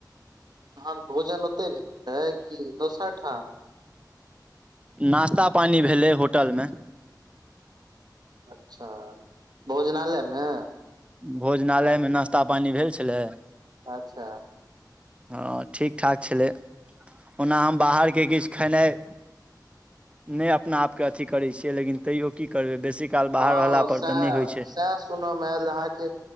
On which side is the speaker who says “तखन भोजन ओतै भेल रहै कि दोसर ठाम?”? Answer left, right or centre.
Right